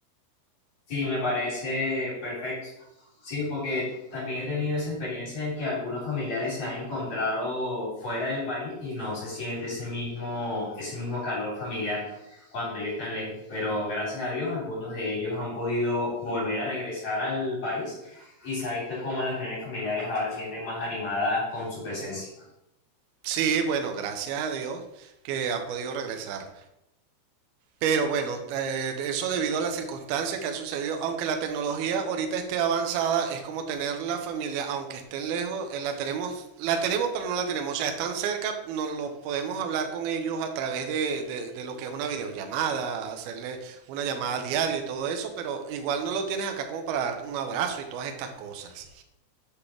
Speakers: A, on the left; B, on the right.
A: Sí, me parece perfecto. Sí, porque también he tenido esa experiencia en que algunos familiares se han encontrado fuera del país y no se siente ese mismo, ese mismo calor familiar cuando ellos están lejos. Pero gracias a Dios, algunos de ellos han podido volver a regresar al país y se ha visto cómo las reuniones familiares ahora se sienten más animadas con su presencia.
B: Sí, bueno, gracias a Dios que han podido regresar. Pero bueno, eh, eso debido a las circunstancias que han sucedido, aunque la tecnología ahorita esté avanzada, es como tener la familia, aunque estén lejos, eh, la tenemos, la tenemos, pero no la tenemos. O sea, están cerca, nos lo podemos hablar con ellos a través de, de- de lo que es una videollamada, hacerle una llamada diaria y todo eso, pero igual no lo tienes acá como para darte un abrazo y todas estas cosas.